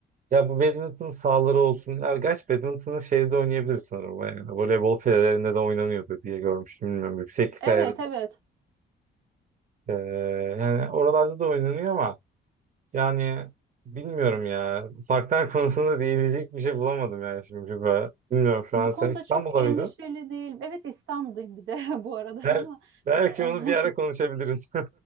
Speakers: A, on the right; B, on the right.
A: Ya bu badminton sahaları olsun. Ya gerçi badminton'ı şeyde oynayabilir sanırım. Yani voleybol filelerinde de oynanıyordu diye görmüştüm. Bilmiyorum. Yükseklik
B: Evet
A: ayarı.
B: evet.
A: Ee, yani oralarda da oynanıyor ama yani bilmiyorum ya. Parklar <laughs> konusunda diyebilecek bir şey bulamadım yani şimdi. Bilmiyorum şu
B: Bu
A: an
B: konuda
A: sen İstanbul'da
B: çok endişeli
A: mıydın?
B: değilim. Evet İstanbul'dayım bir de <laughs> bu arada
A: Bel
B: ama
A: belki
B: <laughs>
A: onu bir ara konuşabiliriz.